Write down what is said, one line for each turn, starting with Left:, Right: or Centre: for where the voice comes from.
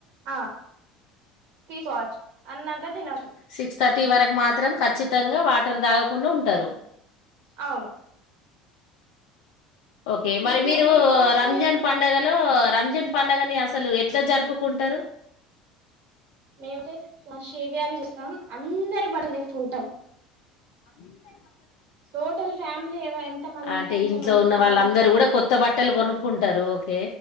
Right: ఆ తీస్ వాచ్ అన్నాక తినచ్చు
Left: సిక్స్ థర్టీ వరకు మాత్రం ఖచ్చితంగా వాటర్ తాగకుండా ఉంటారు
Right: అవును
Left: ఓకే
Right: మీకు
Left: మరి మీరు
Right: మీ ఫాస్టింగ్
Left: రంజాన్
Right: ఎట్లా
Left: పండగలు లో రంజన్ పండుగని అసలు ఎట్లా జరుపుకుంటారు
Right: మేము వచ్చేస్ షేవయాలు చేస్తాం అందరి బట్టలు తీసుకుంటాం
Left: అందరి బట్టలు
Right: టోటల్ ఫ్యామిలీ లేవ ఎంత మంది
Left: అంటే
Right: ఉంటే ఎంత
Left: ఇంట్లో
Right: మంది
Left: ఉన్న
Right: ఫ్యామిలీ
Left: వాళ్ళందరూ కూడా కొత్త బట్టలు కొనుక్కుంటారు ఓకే